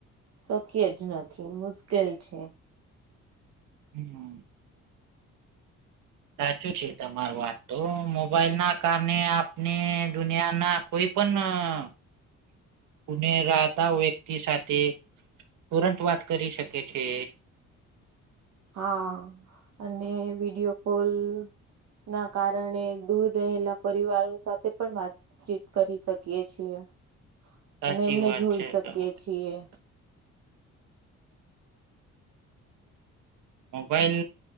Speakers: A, on the right; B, on the right.
A: શક્ય જ નથી, મુશ્કેલ છે.
B: હમ. સાચું છે, તમારી વાત તો. મોબાઈલના કારણે આપને દુનિયાના કોઈ ના પણ, કુને રાતા વ્યક્તિ સાથે તુરંત વાત કરી શકે છે.
A: હા અને વિડીયો કોલ ના કારણે દૂર રહેલા પરિવારો સાથે પણ વાત ચીત કરી શકીએ છીએ
B: સાચી
A: અને એમને
B: વાત
A: જોઈ
B: છે
A: શકીએ
B: તમા
A: છીએ.
B: મોબાઈલ